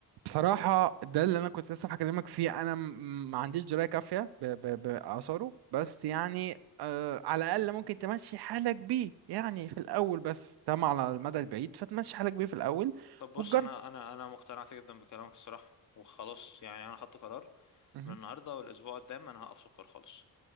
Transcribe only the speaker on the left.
طب بص
انا انا انا مقتنعت جدا بكلامك الصراحة وخلاص يعني انا خدت قرار
من النهارده والاسبوع قدام انا هقف سكر خالص